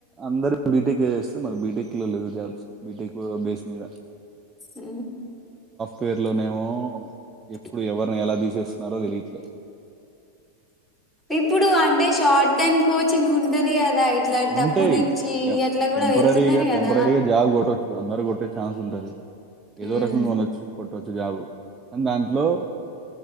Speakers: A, on the right; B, in the centre.
A: అందరు బీటెక్ చేస్తే మరి బీటెక్ లో లేదు జాబ్స్ బీటెక్ బేస్ మీద
B: అ
A: పేర్లోనేమో
B: హా
A: ఎప్పుడు ఎవరిని ఎలా తీసేస్తున్నారో తెలియట్లేదు
B: ఇప్పుడు అంటే షార్ట్ టైమ్ కోచింగ్ ఉంటది కదా ఇట్లా
A: ఉంటాయి
B: డబ్బులు ఇచ్చి అట్లా కూడా
A: టెంపరీగా
B: వెళ్తున్నారు
A: టెంపరరీగా
B: కదా
A: జాగు కొట్టచ్చు అందరు కొట్టే ఛాన్స్ ఉంటది ఏదో
B: ఉమ్
A: రకం కొనొచ్చు కొ ట్టొచ్చి జాబ్ కానీ దాంట్లో